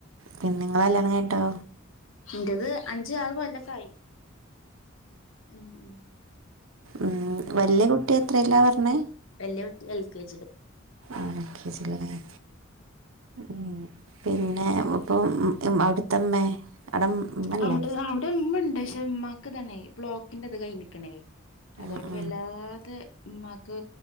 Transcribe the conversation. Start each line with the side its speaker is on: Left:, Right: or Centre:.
Right: പിന്നെ നിങ്ങളെ കല്യാണം കഴിഞ്ഞിട്ടോ
Left: എന്റത് അഞ്ച് ആറ് കൊല്ലൊക്കെ ആയി ഉം ഉം
Right: ഉം
Left: അങ്ങനെ
Right: വല്യ കുട്ടി എത്രേലാ പറഞ്ഞേ
Left: വല്യ കുട്ടി എൽ കെ ജി ല്
Right: ആ എൽ കെ ജി ല് ലെ ഉം പിന്നെ ഇപ്പം അവിടുത്തമ്മേ അവിടെ ഉമ്മല്ലേ
Left: അവിടെ അവിടെ ഉമ്മ ഉണ്ട് പക്ഷെ ഉമ്മാക്ക് തണേ ബ്ലോക്കിന്റെ കഴിഞ്ഞക്ക്ണേ
Right: ആ
Left: അതോണ്ട്
Right: ആ
Left: വല്ലാതെ- ഉമ്മാക്ക്